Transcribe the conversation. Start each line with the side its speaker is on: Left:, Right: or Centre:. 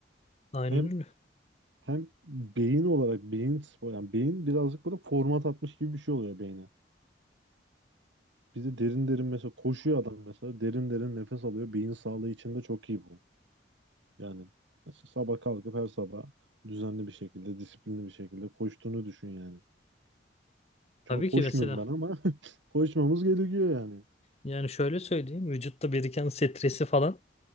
Left: Aynen
Right: Hem
Left: öyle.
Right: hem beyin olarak beyin spor yani beyin birazcık böyle format atmış gibi bir şey oluyor beyne. Bizi derin derin mesela koşuyor adam mesela derin derin nefes alıyor. Beyin sağlığı için de çok iyi bu. Yani mesela sabah kalkıp her sabah düzenli bir şekilde disiplinli bir şekilde koştuğunu düşün yani. Şu
Left: Tabii
Right: an koşmuyorum
Left: ki mesela
Right: ben ama <laughs> koşmamız gerekiyor yani.
Left: yani şöyle söyleyeyim vücutta biriken stresi falan